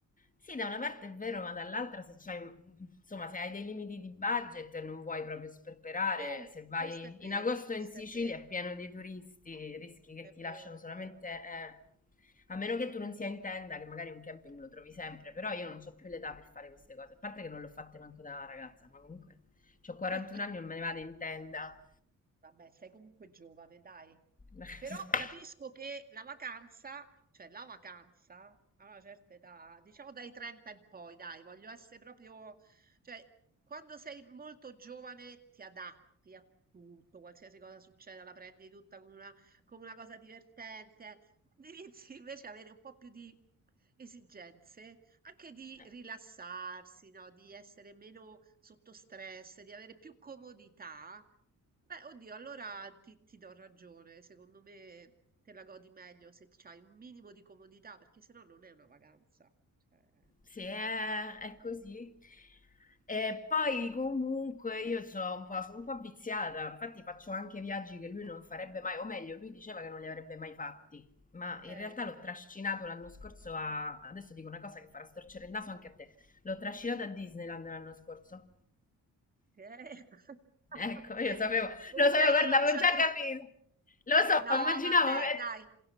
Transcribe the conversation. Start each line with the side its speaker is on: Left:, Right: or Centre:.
Left: Sì, da una parte è vero, ma dall'altra se c'hai, insomma, se hai dei limiti di budget e non vuoi proprio sperperare,
Right: Eh,
Left: se vai
Right: questo è vero,
Left: in agosto
Right: questo
Left: in Sicilia
Right: è vero,
Left: è pieno di turisti, rischi che
Right: è
Left: ti
Right: vero,
Left: lasciano
Right: è
Left: solamente,
Right: vero.
Left: eh, a meno che tu non sia in tenda, che magari un camping lo trovi sempre, però io non ho più l'età per fare queste cose, a parte che non le ho fatte manco da ragazza, ma comunque ho 41
Right: <laughs>
Left: anni e non me ne vado in tenda.
Right: Vabbè, sei comunque giovane, dai.
Left: <laughs>
Right: Però capisco che la vacanza, cioè la vacanza a una certa età, diciamo dai 30 in poi, dai, voglio essere proprio, cioè quando sei molto giovane ti adatti a tutto, qualsiasi cosa succeda, la prendi tutta come una, come una cosa divertente. Quando Inizi invece a avere un po' più di esigenze, anche di
Left: Eh,
Right: rilassarsi, no? Di essere meno sotto stress, di avere più comodità. Beh, oddio, allora ti, ti do ragione. Secondo me te la godi meglio se c'hai un minimo di comodità, perché sennò non è una vacanza. Cioè,
Left: Sì, è, è così. E poi comunque io sono un po', sono un po' viziata, infatti faccio anche viaggi che lui non farebbe mai, o meglio, lui diceva che non li avrebbe mai fatti, ma in
Right: eh,
Left: realtà l'ho trascinato l'anno scorso a, adesso dico una cosa che farà storcere il naso anche a te, l'ho trascinato a Disneyland l'anno scorso.
Right: eh. <laughs>
Left: Ecco, io sapevo,
Right: Ok,
Left: lo sapevo, guarda,
Right: io non
Left: avevo
Right: ci andrò.
Left: già capito, lo so,
Right: No,
Left: immaginavo,
Right: vabbè,
Left: eh,
Right: dai.